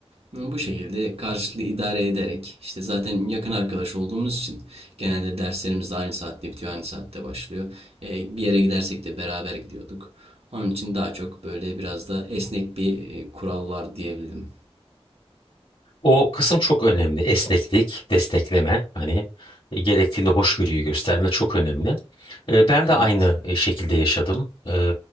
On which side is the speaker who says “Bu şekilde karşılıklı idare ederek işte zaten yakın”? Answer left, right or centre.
Right